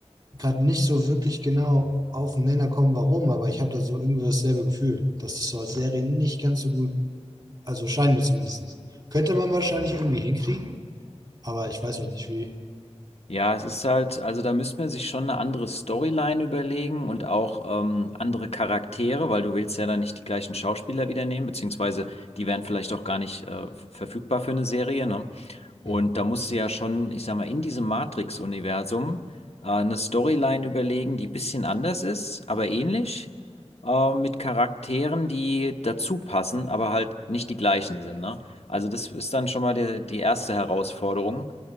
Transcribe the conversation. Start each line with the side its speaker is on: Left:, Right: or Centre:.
Right: gerade nicht so wirklich genau auf den Nenner kommen, warum, aber ich habe da so irgendwie dasselbe Gefühl, dass das so als Serie nicht ganz so gut also scheinen wir zumindest. Könnte man wahrscheinlich irgendwie hinkriegen, aber ich weiß halt nicht wie.
Left: Ja, es ist halt, also da müsste man sich schon eine andere Storyline überlegen und auch ähm, andere Charaktere, weil du willst ja dann nicht die gleichen Schauspieler wieder nehmen, beziehungsweise die wären vielleicht auch gar nicht äh, verfügbar für eine Serie, ne? Und
Right: Mhm.
Left: da musst du ja schon, ich sag mal, in diesem Matrix-Universum äh, eine Storyline überlegen, die ein bisschen anders ist, aber ähnlich, äh, mit Charakteren, die dazu passen, aber halt nicht die gleichen sind, ne? Also das ist dann schon mal die, die erste Herausforderung.